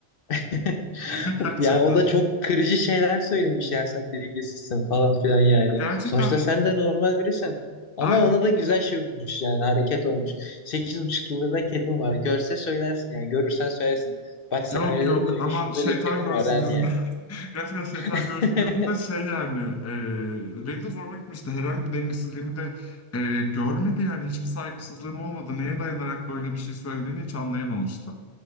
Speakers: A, on the left (about 55°); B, on the left (about 15°).
A: <laughs>
B: <laughs> Gerçekten.
A: Yani o da çok kırıcı şeyler söylemiş ya sen dengesizsin falan filan yani.
B: Gerçekten
A: Sonuçta
B: de-
A: sen de normal birisin. Ama
B: Ay,
A: ona da güzel şey olmuş yani hareket olmuş. 8,5 yıldır da kedim var. Görse söylersin yani görürsen söylersin. Bak sen
B: yok
A: öyle
B: yok
A: dedin de benim
B: aman
A: şimdi
B: şeytan
A: böyle kedim
B: görsün
A: var ha
B: yüzünü.
A: diye.
B: <laughs> Gerçekten şeytan
A: <laughs>
B: görsün de şey yani e, benim de zoruma gitmişti. Herhangi bir dengesizliğimi de e, görmedi yani hiçbir saygısızlığım olmadı. Neye dayanarak böyle bir şey söylediğini hiç anlayamamıştım.